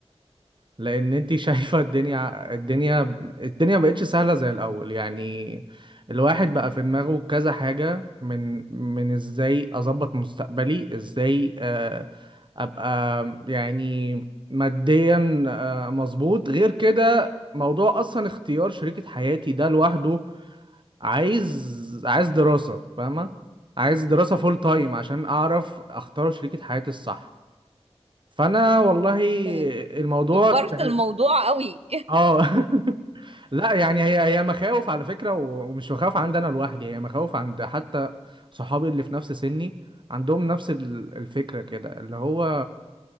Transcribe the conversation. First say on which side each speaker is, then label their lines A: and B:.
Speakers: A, on the right; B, on the right.
A: لان انت <laughs> شايفه الدنيا الدنيا الدنيا مبقتش سهله زي الاول يعني الواحد بقى في دماغه كذا حاجه من من ازاي اظبط مستقبلي ازاي آه، ابقى يعني ماديا آه، مظبوط غير كده موضوع اصلا اختيار شريكه حياتي ده لوحده عايز عايز دراسه فاهمه عايز دراسه فول تايم عشان اعرف اختار شريكه حياتي الصح فانا والله
B: انت
A: الموضوع
B: كبرت
A: تع-
B: الموضوع قوي
A: اه <laughs> لا يعني هي هي مخاوف على فكره و- ومش مخاوف عندي انا لوحدي هي مخاوف عند حتى صحابي اللي في نفس سني عندهم نفس ال- الفكره كده اللي هو